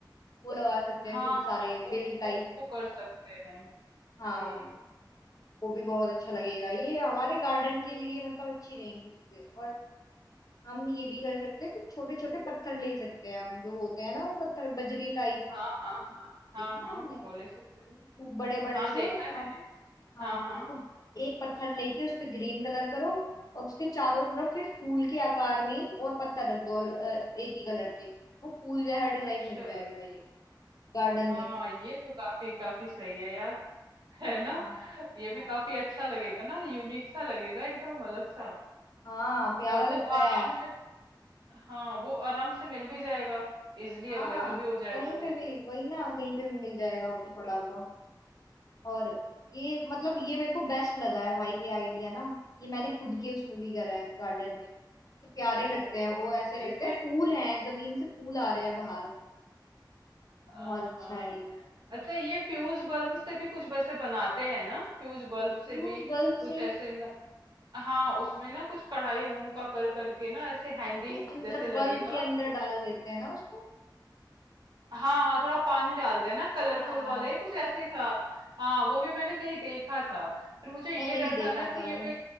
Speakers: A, on the left; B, on the right.
A: वो लगा सकते
B: हाँ
A: हैं खूब
B: हाँ
A: सारे
B: वो
A: बेल टाइप
B: वो वो कर सकते हैं
A: हाँ
B: हम्म
A: वो भी बहुत अच्छा लगेगा ये हमारे गार्डन के लिए मतलब अच्छी रहेंगी चीजें और हम ये भी कर सकते हैं कुछ छोटे छोटे पत्थर ले सकते हैं हम जो होते हैं ना वो पत्थर बजरी टाइप
B: हाँ हाँ हाँ हाँ
A: देखे हैं
B: हाँ
A: हमने
B: वो ले सकते हैं
A: खूब बड़े बड़े
B: हाँ
A: से
B: देखा है मैंने
A: अब हाँ
B: हाँ हाँ
A: उसको एक पत्थर लेके उस पे ग्रीन कलर करो और उसके चारों तरफ फिर फूल के आकार में ही और पत्थर रख दो अ, एक ही कलर के वो फूल जैसा डिजाइन
B: अच्छा
A: बन जाएगा ये गार्डन
B: हाँ
A: में
B: ये तो काफी काफी सही है यार <laughs> है ना
A: हाँ
B: ये भी
A: हाँ
B: काफी अच्छा लगेगा ना यूनिक सा लगेगा एकदम अलग सा
A: हाँ प्यारा
B: और
A: लगता
B: वो आराम
A: है
B: से हाँ वो आराम से मिल भी जाएगा इजिली
A: हाँ
B: अवेलेबल भी हो जाएगा
A: कहीं
B: वो
A: पे
B: जो
A: भी वही ना कहीं पे भी मिल जाएगा वो तो पड़ा हुआ और ये मतलब ये मेरे को बेस्ट लगा है भाई ये आइडिया ना ये मैंने खुद के उसमें भी करा है गार्डन में इतने प्यारे
B: ओ
A: लगते हैं
B: बहुत
A: वो ऐसे
B: सही
A: लगते हैं
B: है।
A: फूल हैं जमीन से फूल आ रहे हैं बाहर
B: हाँ
A: बहुत अच्छा
B: हाँ।
A: है ये
B: अच्छा ये फ्यूज बल्ब से भी कुछ वैसे बनाते हैं ना फ्यूज बल्ब से
A: फ्यूज
B: भी
A: बल्ब
B: कुछ
A: से
B: ऐसे न, हाँ उसमें ना कुछ कढ़ाई ऊन का कर करके ना ऐसे हैंगिंग
A: उसके अंदर
B: जैसे लगेगा
A: बल्ब के अंदर डाल देते हैं ना उसको
B: हाँ हाँ थोड़ा पानी डालते हैं ना कलरफुल
A: हाँ
B: वाले कुछ ऐसे ही था हाँ वो भी मैंने कहीं देखा था फिर मुझे ये
A: मैंने
B: डर
A: भी देखा
B: था ना कि
A: था
B: ये
A: वो
B: भाई